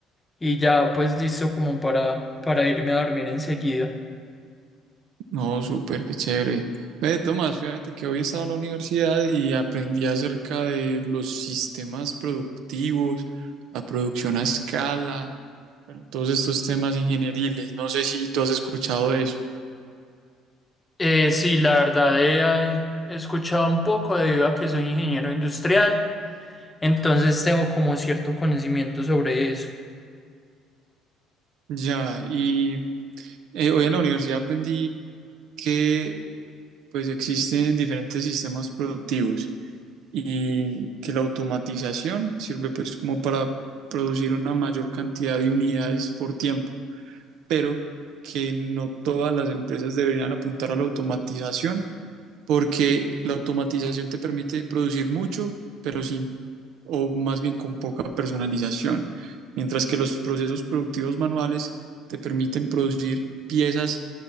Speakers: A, on the left; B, on the right.
A: y ya pues listo como para, para irme a dormir enseguida.
B: No, súper, qué chévere. Ve, Tomás, fíjate que hoy estaba en la universidad y aprendí acerca de los sistemas productivos, la producción a escala, bueno, todos estos temas ingenieriles. No sé si tú has escuchado de eso.
A: Eh, sí, la verdad he, eh, he escuchado un poco debido a que soy ingeniero industrial, entonces tengo como cierto conocimiento sobre eso.
B: Ya, y eh, hoy en la universidad aprendí que pues existen diferentes sistemas productivos. y que la automatización sirve pues como para producir una mayor cantidad de unidades por tiempo, pero que no todas las empresas deberían apuntar a la automatización porque la automatización te permite producir mucho, pero sin o más bien con poca personalización, mientras que los procesos productivos manuales te permiten producir piezas